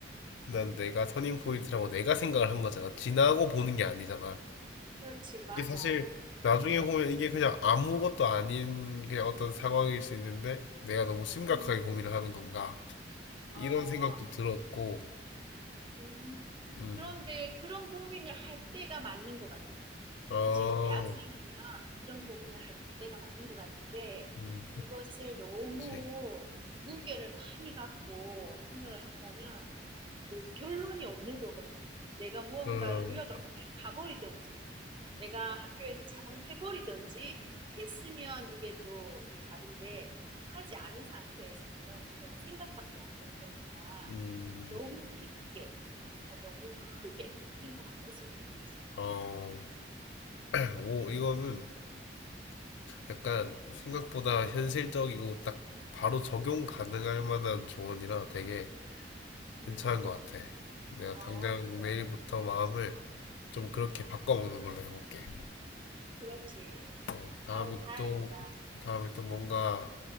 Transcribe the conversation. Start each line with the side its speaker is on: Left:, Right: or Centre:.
Left: 난 내가 터닝 포인트라고 내가 생각을 한 거잖아. 지나고 보는 게 아니잖아.
Right: 그렇지, 맞아.
Left: 이게 사실 나중에 보면 이게 그냥 아무것도 아닌 그냥 어떤 상황일 수 있는데 내가 너무 심각하게
Right: 음.
Left: 고민을 하는 건가? 이런
Right: 어,
Left: 생각도 들었고,
Right: 음,
Left: 음,
Right: 그런데 그런 고민을 할 때가 맞는 것 같아.
Left: 어,
Right: 지금 대학생이면 그런 고민을 할 때가 맞는 것 같은데
Left: 음,
Right: 이것을 너무
Left: 그치,
Right: 무게를 많이 갖고 생각을 한다면 또 결론이 없는 거거든. 내가 무언가를
Left: 어,
Right: 유학을 가버리든지 내가 학교에서 창업을 해버리든지 했으면 이게 또 다른데 하지 않은 상태에서는 이거는 생각밖에 안 되는 거니까
Left: 음,
Right: 너무 깊게, 어, 너무 크게 생각 안 했으면 좋겠어.
Left: 어, <clears throat> 오, 이거는 약간
Right: 음,
Left: 생각보다 현실적이고 딱 바로 적용 가능할 만한 조언이라 되게
Right: 음,
Left: 괜찮은 것 같아. 내가
Right: 어,
Left: 당장
Right: 그래.
Left: 내일부터 마음을 좀 그렇게
Right: 음,
Left: 바꿔먹는 걸로 해볼게.
Right: 그렇지.
Left: 어, 다음에
Right: 아유, 다행이다.
Left: 또, 다음에 또 뭔가
Right: 음,